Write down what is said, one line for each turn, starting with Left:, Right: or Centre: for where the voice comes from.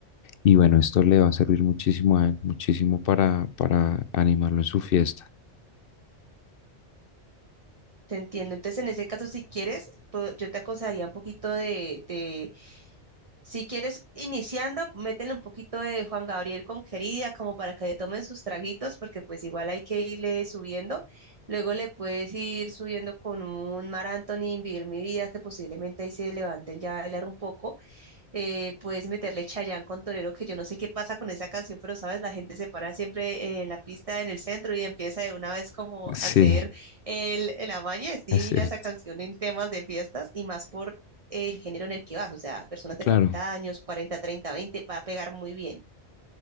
Left: Y bueno, esto le va a servir muchísimo a él, muchísimo para, para animarlo en su fiesta.
Right: Te entiendo. Entonces, en ese caso, si quieres, po- yo te aconsejaría un poquito de, de- si quieres, iniciando, métele un poquito de Juan Gabriel con Querida, como para que le tomen sus traguitos, porque pues igual hay que irle subiendo. Luego le puedes ir subiendo con un Mar Anthony, Vivir mi vida, que posiblemente ahí se levanten ya a bailar un poco eh, puedes meterle Chayanne con Torero, que yo no sé qué pasa con esa canción, pero sabes, la gente se para siempre en la pista, en el centro y empieza de una vez como
Left: <laughs> Sí,
Right: a hacer el, el amaño. Es divina
Left: es cierto.
Right: esa canción en temas de fiestas y más por el género en el que vas, o sea, personas
Left: Claro.
Right: de 40 años, 40, 30, 20, va a pegar muy bien.